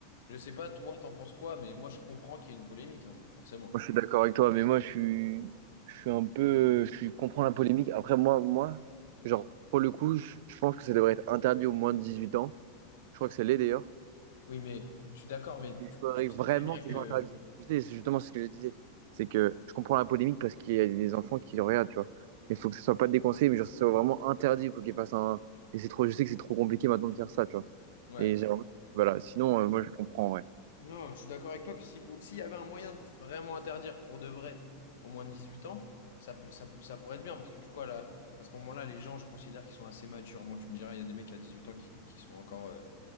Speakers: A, on the left; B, on the right.
A: Je sais pas, toi, t'en penses quoi, mais moi, je comprends qu'il y ait une polémique, hein, forcément.
B: Moi, je suis d'accord avec toi, mais moi, je suis, je suis un peu, je suis- comprends la polémique. Après, moi, moi, genre, pour le coup, je, je pense que ça devrait être interdit aux moins de 18 ans. Je crois que ça l'est d'ailleurs.
A: Oui, mais je suis d'accord, mais
B: Il
A: tu,
B: faudrait
A: tu sais
B: vraiment
A: très bien
B: que
A: que...
B: ce soit interdit. Tu sais, c'est justement, c'est ce que je disais. C'est que je comprends la polémique parce qu'il y a des enfants qui le regardent, tu vois. Il faut que ce soit pas déconseillé, mais genre, que ce soit vraiment interdit. Il faut qu'il fasse un. Et c'est trop, je sais que c'est trop compliqué maintenant de faire ça, tu vois.
A: Ouais.
B: Et j'ai- voilà, sinon, euh, moi, je comprends, ouais.
A: Non, je suis d'accord avec toi que si, pou- s'il y avait un moyen de vraiment interdire pour de vrai au moins de 18 ans, ça peut, ça, peut- ça pourrait être bien, parce que du coup, à, la- à ce moment-là, les gens, je considère qu'ils sont assez matures. Bon, tu me diras, il y a des mecs à 18 ans qui, qui sont encore... euh,